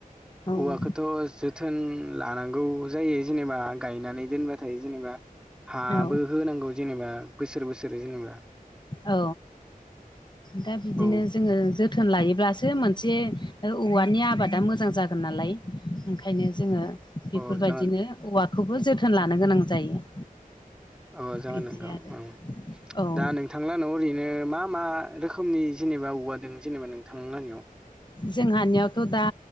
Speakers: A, on the left (about 30°); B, in the centre.
A: औ
B: औवाखौथ' जो थोन लानांगौ जायो जेनेबा गायनानै दोनबाथाय जेनेबा हाबो
A: औ
B: होनांगौ जेनेबा बोसोर बोसोर जेनेबा
A: औ दा बिदिनो
B: औ
A: जोंङो थोन लायोब्लासो मोनसे औवानि आबादा मोजां जागोन नालाय ओंखायनो जोंङो बेफोरबायदिनो
B: औ जागोन
A: औवाखौबो जोथोन लानो गोनां जायो।
B: अ जागोन
A: बिदि
B: नोंथांं
A: आरो औ
B: दा नोंथांला नाव ओरैनो मा मा रोखोमनि जेनेबा औवा दं जेनेबा नोंथांलाहानियाव
A: जोंहानियावथ' दा